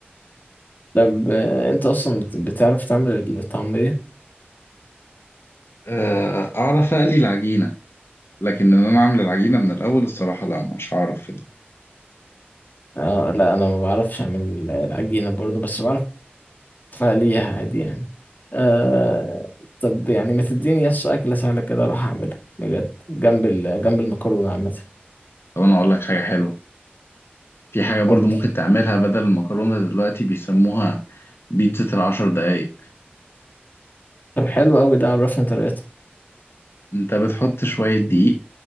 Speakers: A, on the left; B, on the left.
A: طب آه، انت اصلا بت- بتعرف تعمل الطعمية
B: آه، اعرف اقلي العجينه لكن ان انا اعمل العجينه من الاول الصراحه لا مش هعرف في ده
A: آه لا انا ما بعرفش اعمل العجينة برضو بس بعرف فليها عادي يعني آه طب يعني ما تديني يس أكلة سهلة كده أروح أعملها بجد جنب ال... جنب المكرونة عامة
B: طب انا اقول لك حاجه حلوه في حاجه برضو
A: قول لي
B: ممكن تعملها بدل المكرونه دلوقتي بيسموها بيتزا العشر دقايق
A: طب حلو أوي ده عرفني طريقتها
B: انت بتحط شوية دقيق